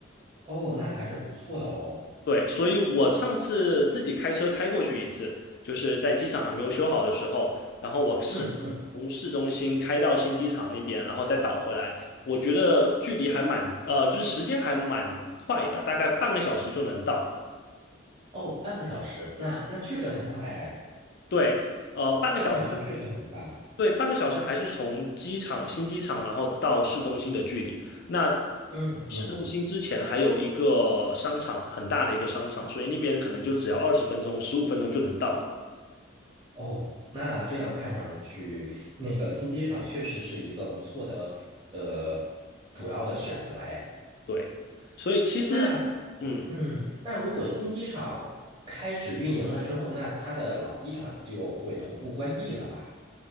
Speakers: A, on the right (about 25°); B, on the left (about 55°).
A: 哦，那还是不错的哦。
B: 对，所以我上次自己开车开过去一次，就是在机场还没有修好的时候，然后我试从市中心开到新机场那边，
A: 嗯嗯，
B: 然后再倒回来，我觉得距离还蛮，呃，就是时间还蛮快的，大概半个小时就能到。
A: 哦，半个小时，那那确实很快哎，
B: 对，呃，半个小时，
A: 半个小时确实很快。
B: 对，半个小时还是从机场新机场，然后到市中心的距离。那
A: 嗯嗯，
B: 市中心之前还有一个商场，很大的一个商场，所以那边可能就只要二十分钟、十五分钟就能到了。
A: 哦，那这样看上去，那个新机场确实是一个不错的呃主要的选择哎。
B: 对，所以其实，
A: 那
B: 嗯
A: 嗯，那如果新机场开始运营了之后，那它的老机场就会同步关闭了吧？